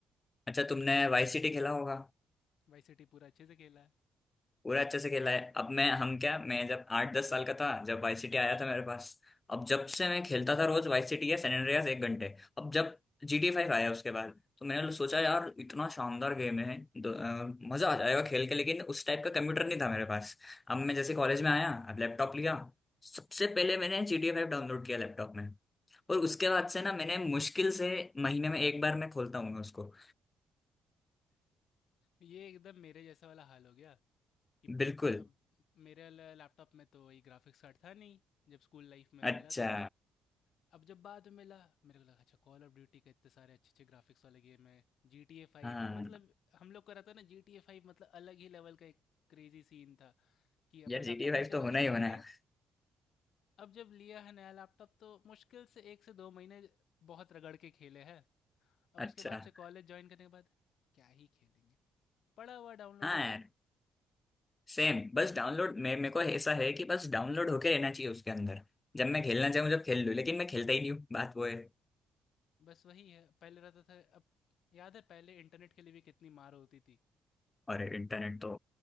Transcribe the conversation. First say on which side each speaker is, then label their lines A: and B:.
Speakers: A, on the left; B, on the left.
A: अच्छा तुमने वाई सिटी खेला होगा
B: वाई सिटी पूरा अच्छे से खेला है।
A: पूरा अच्छे से खेला है अब मैं हम क्या मैं जब आठ दस साल का था जब वाई सिटी आया था मेरे पास अब जब से मैं खेलता था रोज वाई सिटी या सैन एंड्रियास एक घंटे अब जब जी टी फाइव आया उसके बाद तो मैंने सोचा यार इतना शानदार गेम है दो- अ, मजा आ जाएगा खेल के लेकिन उस टाइप का कंप्यूटर नहीं था मेरे पास अब मैं जैसे कॉलेज में आया अब लैपटॉप लिया सबसे पहले मैंने जी टी फाइव डाउनलोड किया लैपटॉप में और उसके बाद से ना मैंने मुश्किल से महीने में एक बार मैं खोलता हूँ उसको
B: ये एकदम मेरे जैसा वाला हाल हो गया कि
A: बिल्कुल
B: अब मेरे ल- लैपटॉप में तो वही ग्राफिक्स कार्ड था नहीं जब स्कूल लाइफ में
A: अच्छा
B: मिला था जो अब जब बाद में मिला मेरे को लगा अच्छा कॉल ऑफ ड्यूटी के इतने सारे अच्छे अच्छे ग्राफिक्स वाले गेम है जी टी ए फाइव
A: हाँ
B: है मतलब हम लोग का रहता है ना जी टी ए फाइव मतलब अलग ही लेवल का एक क्रेजी सीन था कि
A: यार
B: अपना
A: जी
B: लैपटॉप
A: टी फाइव
B: नहीं चल
A: तो
B: रहा
A: होना
B: जब
A: ही होना
B: लेंगे
A: है
B: अब जब लिया है नया लैपटॉप तो मुश्किल से एक से दो महीने बहुत रगड़ के खेले हैं अब
A: अच्छा
B: उसके बाद से कॉलेज ज्वाइन करने के बाद क्या ही खेलेंगे पड़ा हुआ डाउनलोड
A: हाँ
B: हो
A: यार
B: के
A: सेम बस डाउनलोड मे मेरे को ऐसा है कि बस डाउनलोड होके रहना चाहिए उसके अंदर जब मैं खेलना चाहूँ जब खेल लूँ लेकिन मैं खेलता ही नहीं हूँ बात वो है
B: बस वही है, पहले रहता था अब याद है पहले इंटरनेट के लिए भी कितनी मार होती थी।
A: और इंटरनेट तो